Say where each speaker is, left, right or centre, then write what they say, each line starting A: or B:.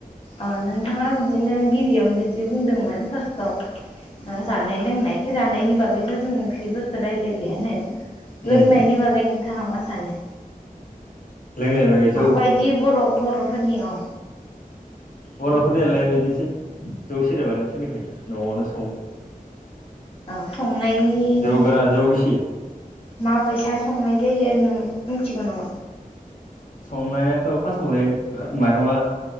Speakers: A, on the left (about 40°); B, on the left (about 65°).
A: ओ नोंथाङा बिदिनो गिबियावनो जि बुंदोंमोन फार्स्टआव जानाय लोंनाय जानायनि बागैथ' जों ओंख्रिफोरखौ रायलायबायानो
B: उम
A: लोंनायनि बागै नोंथाङा मा सानो
B: लोंनाय बागै जौ
A: माबायदि बर' बर'फोरनियाव
B: बर'फोरनियालाय बिदिनोसै जौ सेरेबानो सोलिखायो न'आवनो सावो
A: औ संनायनि
B: जौ गोरान जौ गिसि
A: माबायसा संनाय जायो नों मिथिगौ नामा
B: संनाया फास्टावनो माइरङा